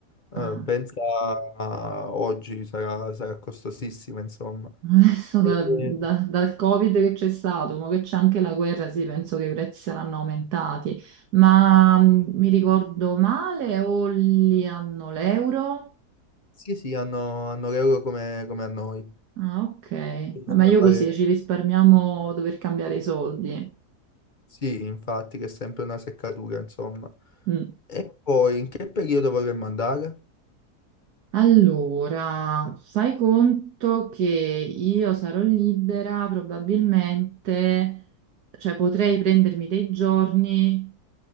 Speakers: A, on the left; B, on the right.
A: eh,
B: d'accordo.
A: pensa a oggi sarà, sarà costosissima, insomma.
B: Adesso da-
A: Eh,
B: da- dal Covid che c'è stato, mo che c'è anche la guerra, sì, penso che i prezzi saranno aumentati, ma mh, mi ricordo male o li hanno l'euro?
A: sì, sì, hanno, hanno l'euro come, come a noi.
B: Ah, ok,
A: Bisogna
B: Ma meglio
A: fare,
B: così, ci risparmiamo dover cambiare i soldi.
A: sì, infatti, che è sempre una seccatura, insomma.
B: Mm.
A: E poi, in che periodo vorremmo andare?
B: Allora, fai conto che io sarò libera probabilmente, cioè potrei prendermi dei giorni